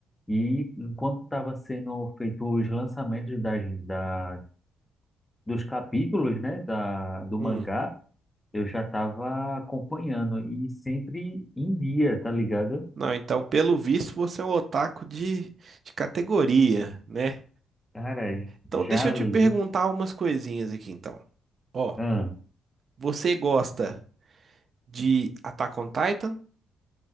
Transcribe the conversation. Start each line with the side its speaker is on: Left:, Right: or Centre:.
Left: E enquanto estava sendo feito os lançamentos das, da, dos capítulos, né, da, do
Right: Hum.
Left: mangá, eu já estava acompanhando e sempre em dia, tá ligado?
Right: Não, então, pelo visto, você é um otaku de, de categoria, né?
Left: Cara,
Right: Então, deixa
Left: já
Right: eu
Left: li,
Right: te perguntar umas coisinhas aqui, então. Ó,
Left: ah,
Right: você gosta de Attack on Titan?